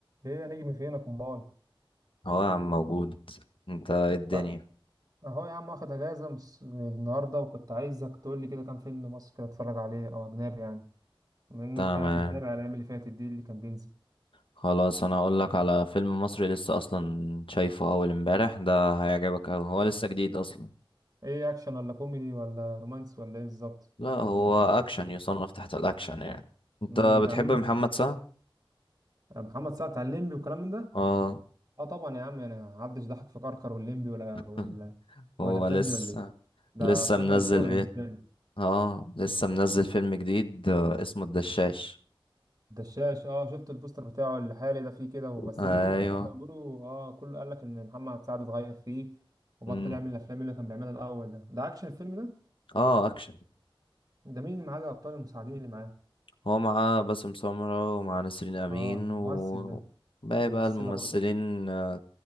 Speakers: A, on the right; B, on the left.
A: ايه يا نجم فينك امال
B: هو يا عم موجود انت ايه الدنيا
A: تع- اهو يا عم واخد اجازه مس- من النهارده وكنت عايزك تقول لي كده كام فيلم مصري كده اتفرج عليه او اجنبي يعني بما انك
B: تمام
A: تاب- متابع الايام اللي فاتت دي اللي كان بينزل
B: خلاص انا هقول لك على فيلم مصري لسه اصلا شايفه اول امبارح ده هيعجبك أوي هو لسه جديد اصلا
A: ايه اكشن ولا كوميدي ولا رومانس ولا ايه بالظبط
B: لا هو اكشن يصنف تحت الاكشن يعني انت
A: امم بتاع
B: بتحب
A: مين
B: محمد
A: ده
B: سعد
A: آه، محمد سعد بتاع الليمبي والكلام من ده
B: اه
A: اه طبعا يا عم انا محدش ضحك في كركر والليمبي ولا
B: <laughs>
A: ولا
B: هو
A: ولا الافلام
B: لسه
A: دي ولا ايه ده
B: لسه
A: افلام
B: منزل
A: ايقونه
B: في...
A: بالنسبه لي
B: اه لسه منزل فيلم جديد آه، اسمه الدشاش
A: دشاش اه شفت البوستر بتاعه الحالي ده فيه كده هو بس
B: ايوه
A: بيقولوا الفيلم كان بيقولوا اه كله قال لك ان محمد سعد اتغير فيه وبطل
B: مم.
A: يعمل الافلام اللي كان بيعملها الاول ده ده اكشن الفيلم ده
B: اه اكشن
A: ده مين اللي معاه ده الابطال المساعدين اللي معاه
B: هو معاه باسم سمرة ومعاه نسرين أمين
A: اه الممثل
B: و
A: ده
B: باقي
A: الممثله
B: بقى الممثلين
A: برضه
B: آه،